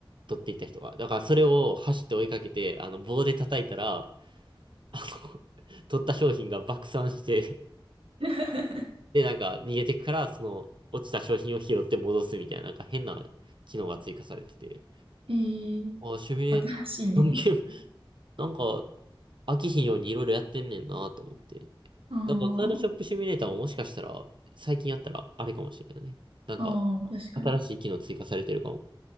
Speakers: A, on the right; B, on the right.
A: 取っていった人が。だから、それを走って追いかけて、あの、棒で叩いたら、あの、<laughs> 取った商品が爆散して、
B: <laughs>
A: で、なんか、逃げてから、その、落ちた商品を拾って戻すみたいな、なんか変な機能が追加されてて、
B: へえ
A: あー、シミュレーションゲーム、
B: 新しいね。
A: なんか、飽きひんようにいろいろやってんねんなと思って。
B: <laughs>
A: だからカードショップシミュレーターももしかしたら、
B: ああ
A: 最近やったらあれかもしれないね。なんか、
B: ああ、確かに。
A: 新しい機能追加されてるかも。